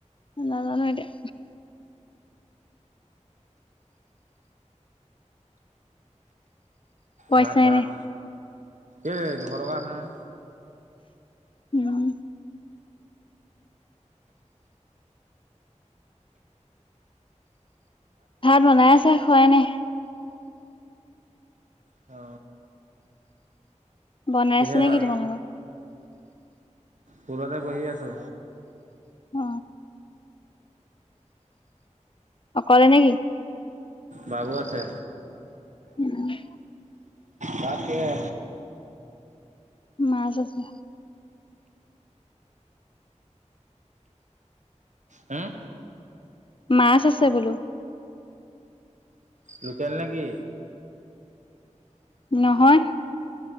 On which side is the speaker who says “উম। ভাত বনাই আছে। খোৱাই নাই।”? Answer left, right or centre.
Left